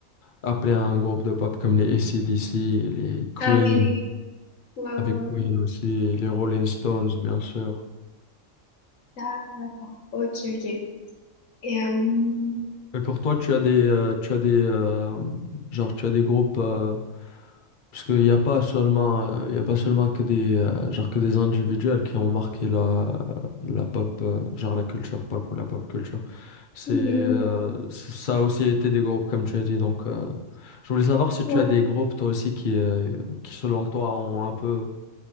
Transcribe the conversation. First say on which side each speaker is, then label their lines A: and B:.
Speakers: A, on the left; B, on the left.
A: appeler un groupe de pop comme les AC/DC, les Queen,
B: Ah oui, oui, oui. Ouais,
A: avec
B: ouais,
A: Queen
B: ouais.
A: aussi, les Rolling Stones, bien sûr.
B: D'accord, d'accord. Ok, ok. Et euh,
A: Et pour toi, tu as des, euh, tu as des, euh, genre, tu as des groupes, euh, parce qu'il n'y a pas seulement, euh, il y a pas seulement que des, euh, genre, que des individuels qui ont marqué la, euh, la pop, euh, genre la culture pop ou la pop culture. C'est,
B: oui,
A: euh,
B: mais on peut-
A: c- ça a aussi été des groupes, comme tu as dit. Donc, euh, je voulais savoir si tu
B: ouais,
A: as des groupes, toi aussi, qui, euh, qui selon toi, ont un peu